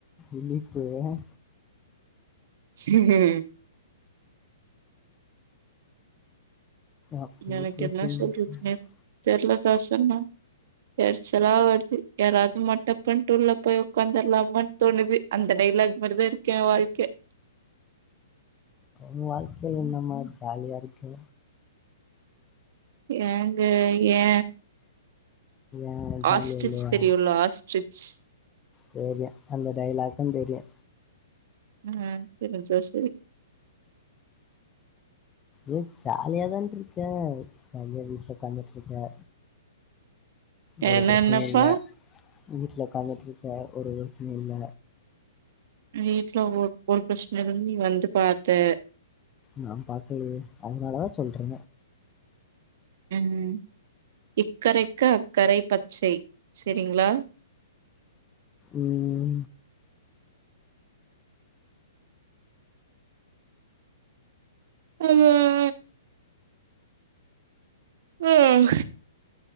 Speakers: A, on the left (about 20°); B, on the right (about 55°).
A: இலிப்பு ஆ
B: ம் ம்
A: அப்பேயே
B: எனக்கு
A: பேசி
B: என்ன
A: <unintelligible>
B: சொல்றதுனே தெர்ல தாசண்ணா எரிச்சலா வருது யாராவது மர்ட்டன் பண்டு உள்ள போய் உட்காந்துல்லம்மனு தோணுது அந்த டயலாக் மாரிதா இருக்கு ஏ வாழ்க்க
A: உ வாழ்க்க என்னம்மா ஜாலியா இருக்கு
B: ஏங்க ஏ
A: ஏ ஜாலியா
B: ஆஸ்ட்ரிச்
A: இல்லையா
B: தெரியுல்ல ஆஸ்ட்ரிச்
A: தெரியு அந்த டைலாக்கு தெரியு
B: ம் தெரிஞ்சா சேரி
A: ஏ ஜாலியா தான்ட்டு இருக்கே ஜாலியா வீட்ல உட்காந்துட்டு இருக்கே ஒரு
B: என்னென்னப்பா
A: பிரச்சனையு இல்ல வீட்ல உக்காந்துட்டு இருக்க ஒரு பிரச்சனையு இல்ல
B: வீட்டு்ல ஒ ஒரு பிரச்சனையு இல்லன்னு நீ வந்து பாத்த
A: நா பாக்கலயே அதனாலதா சொல்றே
B: ம் இக்கரைக்கு அக்கரை பச்சை செரிங்களா
A: ம் ம்
B: ம் ம் ம்